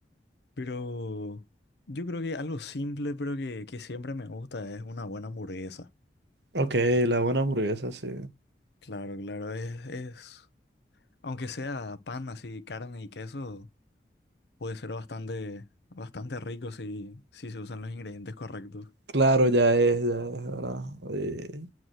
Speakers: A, on the left; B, on the right.
A: pero yo creo que algo simple, pero que, que siempre me gusta, es una buena hamburguesa.
B: Ok, la buena hamburguesa, sí.
A: Claro, claro, es, es, aunque sea pan así, carne y queso, puede ser bastante, bastante rico si, si se usan los ingredientes correctos.
B: Claro, ya es, ya es, ¿verdad? Eh,